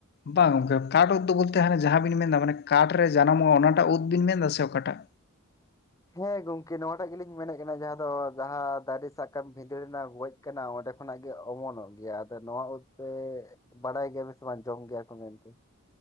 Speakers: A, on the left; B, on the left.
A: ᱵᱟᱝ ᱜᱚᱝᱠᱮ ᱠᱟᱴ ᱩᱫ ᱫᱚ ᱵᱚᱞᱛᱮ ᱦᱟᱱᱮ ᱡᱟᱦᱟᱸ ᱵᱤᱱ ᱢᱮᱱ ᱮᱫᱟ ᱢᱟᱱᱮ ᱠᱟᱴ ᱨᱮ ᱡᱟᱱᱟᱢᱚᱜᱼᱟ ᱚᱱᱟᱴᱟᱜ ᱩᱫ ᱵᱤᱱ ᱢᱮᱱ ᱮᱫᱟ ᱥᱮ ᱚᱠᱟᱴᱟᱜ?
B: ᱦᱮᱸ ᱜᱚᱝᱠᱮ ᱱᱚᱣᱟ ᱴᱟᱜ ᱜᱮᱞᱤᱧ ᱢᱮᱱᱮᱫ ᱠᱟᱱᱟ ᱡᱟᱦᱟᱸ ᱫᱚ ᱡᱟᱦᱟᱸ ᱫᱟᱨᱮ ᱥᱟᱠᱟᱢ ᱵᱷᱤᱸᱫᱟᱹᱲ ᱮᱱᱟ ᱜᱚᱡ ᱠᱟᱱᱟ ᱚᱸᱰᱮ ᱠᱷᱚᱱᱟᱜ ᱜᱮ ᱚᱢᱚᱱᱚᱜ ᱜᱮᱭᱟ ᱟᱫᱚ ᱱᱚᱣᱟ ᱳᱫ ᱯᱮ ᱵᱟᱲᱟᱭ ᱜᱮᱭᱟ ᱵᱮᱱ ᱥᱮ ᱵᱟᱝ ᱡᱚᱢ ᱜᱮᱭᱟ ᱠᱚ ᱢᱮᱱᱛᱮ,